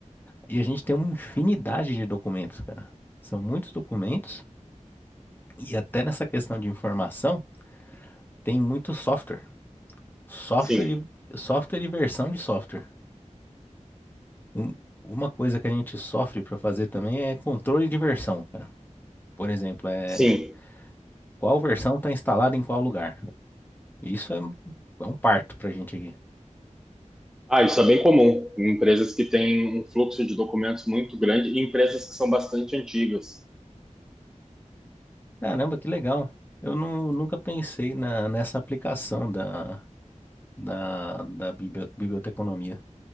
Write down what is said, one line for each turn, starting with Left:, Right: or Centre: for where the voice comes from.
Left: E a gente tem uma infinidade de documentos, cara. São muitos documentos e até nessa questão de informação tem muito software. Software
Centre: Sim,
Left: e, software e versão de software. Um- uma coisa que a gente sofre para fazer também é controle de versão, cara. Por exemplo, é
Centre: sim.
Left: qual versão está instalada em qual lugar. Isso é, é um parto pra gente aqui.
Centre: Ah, isso é bem comum em empresas que têm um fluxo de documentos muito grande e empresas que são bastante antigas.
Left: Caramba, que legal. Eu nu- nunca pensei na, nessa aplicação da, da, da bibli- biblioteconomia.